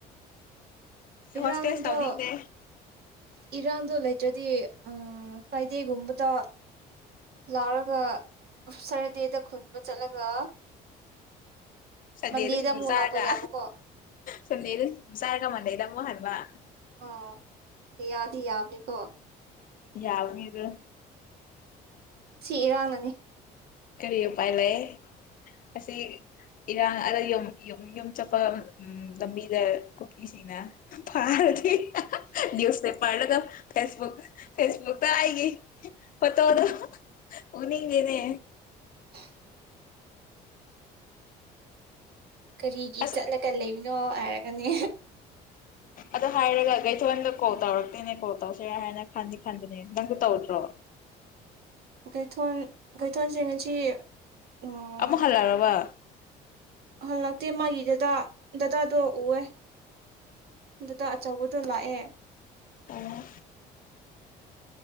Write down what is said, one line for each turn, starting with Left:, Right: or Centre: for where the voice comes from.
Right: ꯏꯔꯥꯡꯗꯣ
Left: ꯍꯁꯦꯁ ꯇꯧꯗꯗꯦ
Right: ꯏꯔꯥꯡꯗꯣ ꯂꯩꯇ꯭ꯔꯗꯤ ꯐ꯭ꯔꯥꯏꯗꯦꯒꯨꯝꯕꯗ ꯂꯥꯎꯔꯒ ꯁꯇꯔꯗꯦꯗ ꯈꯨꯟꯕ ꯆꯠꯂꯒ
Left: ꯁꯗꯦꯔꯁꯤ
Right: ꯃꯟꯗꯦꯗ ꯑꯃꯨꯛ
Left: ꯁꯥꯔꯒ
Right: ꯂꯥꯛꯄ ꯌꯥꯕꯀꯣ
Left: ꯁꯅꯤꯦꯔꯁꯤ ꯁꯥꯔꯒ ꯃꯅ ꯂꯩꯗ ꯍꯥꯏꯥꯛ
Right: ꯑꯣ ꯌꯥꯗꯤ ꯌꯥꯕꯅꯤꯀꯣ
Left: ꯌꯥꯎꯅꯤꯗ
Right: ꯁꯤ ꯏꯔꯥꯡꯅ ꯅꯤ
Left: ꯀꯔꯤ ꯎꯄꯥꯏ ꯂꯩ ꯑꯁꯤ ꯏꯔꯥꯡ ꯑꯗ ꯌ ꯌꯨꯝ ꯆꯠꯄ ꯂꯝꯕꯤꯗ ꯀꯨꯀꯤꯁꯤꯡꯅ ꯐꯥꯔꯗꯤ ꯅꯤꯌꯨꯁ ꯄꯦꯄꯔ ꯗꯥꯒꯥ ꯐꯦꯁꯕꯨꯛ ꯐꯦꯁꯕꯨꯨꯛ ꯇꯏꯒꯦ ꯐꯣꯇꯣꯗꯣ ꯑꯣꯅꯤꯡ ꯉꯦꯅꯦ꯫
Right: <unintelligible> ꯀꯔꯤꯒꯤ
Left: ꯑꯁ
Right: ꯆꯠꯂꯒ ꯂꯩꯕꯅꯣ ꯍꯥꯏꯔꯒꯅꯦ
Left: ꯑꯗꯣ ꯍꯥꯏꯔꯒ ꯀꯩꯊꯣꯛꯗ ꯀꯣꯜ ꯇꯧꯔꯛꯇꯣꯏꯅꯦ ꯀꯣꯜ ꯇꯧꯁꯤꯔ ꯍꯥꯏꯅ ꯈꯟꯗꯤ ꯈꯟꯅꯅꯦ ꯅꯪꯁꯨ ꯇꯧꯗ꯭ꯔꯣ?
Right: ꯀꯊꯣꯟ ꯀꯩꯊꯣꯟ ꯁꯦ ꯉꯁꯤ ꯎꯝ
Left: ꯑꯃꯨꯛ ꯍꯜꯂꯛꯔꯕ
Right: ꯍꯜꯂꯛꯇꯦ ꯃꯥꯒꯤꯗꯨꯗ ꯗꯗꯥꯗꯣ ꯑꯣꯏ ꯗꯗꯥ ꯑꯆꯧꯕꯗꯣ ꯂꯥꯛꯑꯦ
Left: ꯑ